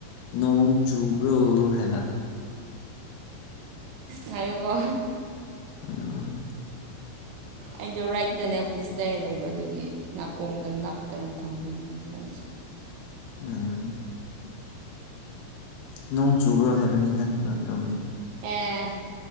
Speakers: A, on the left; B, on the right.
A: ꯅꯣꯡ ꯆꯨꯕ꯭ꯔꯣ ꯍꯥꯏꯕ
B: ꯉꯥꯏꯣꯒꯣ
A: ꯎꯝ
B: ꯑꯩꯗꯣ ꯔꯥꯏꯠꯇꯅꯦ ꯄꯨꯂꯤꯁꯇꯔ ꯂꯩꯕ ꯑꯗꯨꯒꯤ ꯅꯥꯀꯣꯡ ꯗ ꯅꯞꯇꯅ ꯊꯝꯕꯒꯤ ꯐꯣꯟꯁꯦ
A: ꯎꯝ ꯅꯣꯡ ꯆꯨꯕ꯭ꯔꯣ ꯍꯥꯏꯕꯅꯤꯗ ꯅꯃꯤꯠꯔꯣꯝꯗ
B: ꯑꯦ